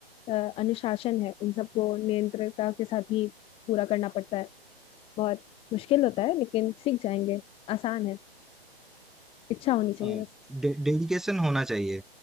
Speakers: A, on the left; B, in the centre.
A: अ, अनुशासन है उन सबको नियंत्रणता के साथ ही पूरा करना पड़ता है बहुत मुश्किल होता है लेकिन सीख जाएंगे आसान है इच्छा होनी चाहिए
B: हाँ,
A: बस
B: डे, डेडिकेशन होना चाहिए